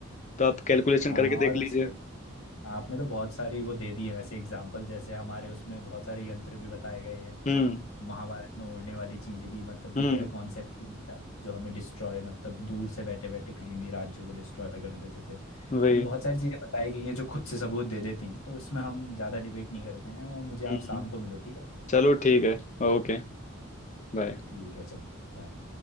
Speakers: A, on the left (about 35°); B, on the left (about 75°).
A: तो आप कैलकुलेशन
B: हाँ
A: करके देख
B: और
A: लीजिए
B: वैसे आपने तो बहुत सारी वो दे दी है वैसे एग्जाम्पल जैसे हमारे उसमें बहुत सारे यंत्र भी बताए गए हैं
A: हम्म
B: महाभारत में उड़ने वाली चीजें भी मतलब जो
A: हम्म
B: पहले कॉन्सेप्ट ही नहीं था जो हमें डिस्ट्रॉय मतलब दूर से बैठे बैठे कहीं भी राज्य को डिस्ट्रॉय कर देते थे
A: वही
B: एंड बहुत सारी चीजें बताई गई हैं जो खुद से सबूत दे देती हैं तो इसमें हम ज्यादा डिबेट नहीं करते हैं और मुझे आप
A: हम्म
B: शाम को मिलो ठीक है
A: चलो ठीक है ओके बाय
B: ठीक है चलो बाय